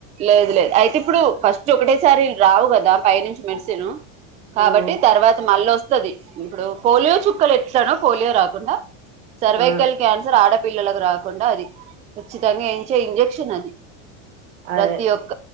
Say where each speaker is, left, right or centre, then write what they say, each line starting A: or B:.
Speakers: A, on the right; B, on the right.
A: లేదు లేదు అయితే ఇప్పుడు ఫస్ట్ ఒకటేసారి రావు కదా పైనుంచి మెడిసిన్
B: ఉమ్
A: కాబట్టి తర్వాత మళ్ళొస్త ది ఇప్పుడు పోలియో చుక్కలు ఎట్లానో పోలియో రాకుండా సర్వైకల్
B: ఆ
A: క్యాన్సర్ ఆడ పిల్లలకు రాకుండా అది కచ్చితంగా ఏయించే ఇంజెక్షన్ అది
B: ఆ
A: ప్రతి
B: అదే
A: ఒక్క